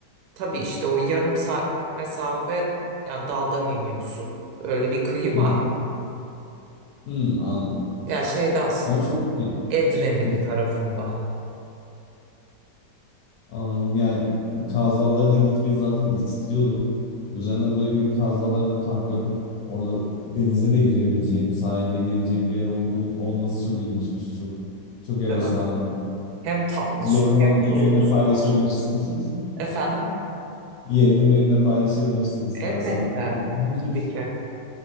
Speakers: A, on the right; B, on the left.
A: tabii işte o yarım saatlik mesafe ya dağdan iniyorsun. Böyle bir kıyı
B: <laughs>
A: var.
B: Hmm, anladım.
A: Ya şeyde aslında
B: Ama çok keyifli.
A: Edremit
B: <laughs>
A: tarafında.
B: Anladım. Yani Kaz Dağları'na gitmeyi zaten istiyordum. Üzerine böyle bir Kaz Dağları'nda kamp yapıp orada denize de girebileceğim, sahilde inebileceğim bir yer olduğu olması çok ilginçmiş. Çok çok heveslendim.
A: Evet. Hem tatlı
B: Yerini
A: su hem
B: bana,
A: tuzlu
B: benimle
A: su
B: paylaşabilirsin.
A: var. Efendim?
B: <laughs> Yerini benimle paylaşabilirsin istersen.
A: Elbette.
B: <laughs>
A: Tabii ki.